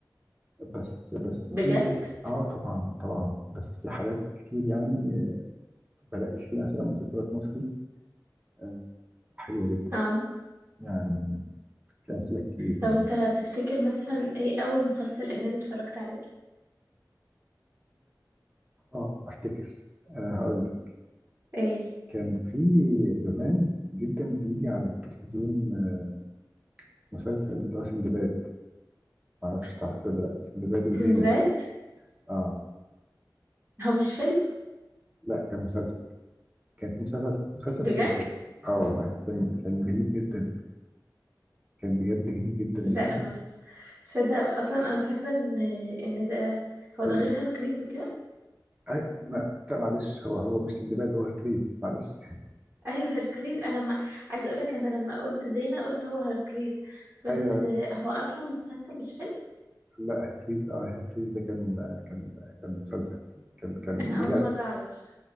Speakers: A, on the right; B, on the right.
A: بس بس
B: بجد
A: في اه طبعا طبعا بس في حالات كتير يعني آه، بلاقي في مثلا مسلسلات مصري آه حلوه جدا
B: اه
A: يعني في امثله كتير
B: طب
A: يعني
B: انت تفتكر مثلا ايه اول مسلسل اجنبي اتفرجت عليه
A: اه افتكر آه هقول لك
B: ايه
A: كان في زمان جدا بيجي على التلفزيون آه، مسلسل اللي هو سندباد معرفش تعرفيه ولا لا سندباد وزينة
B: سندباد
A: اه
B: هو مش فيلم
A: لا كان مسلسل كان في مسلسل مسلسل
B: بجد
A: سندباد اه والله كان كان جميل جدا كان بجد جميل جدا
B: لا
A: وكان في
B: ما صدق اصلا انا فاكره ان ان ده هو ده
A: لا
B: غير هيركليز وكده
A: أي... ما... لا معلش هو هو مش سندباد هو هركليز معلش
B: ايوه هيركليز انا ما عايزه اقول لك انا لما قلت زينه قلت هو هيركليز
A: <laughs>
B: بس
A: ايوه
B: آه، هو اصلا مسلسل مش فيلم
A: لا هركليز اه هركليز ده كان كان كان مسلسل كان كان
B: انا اول
A: بيجي على
B: مره اعرف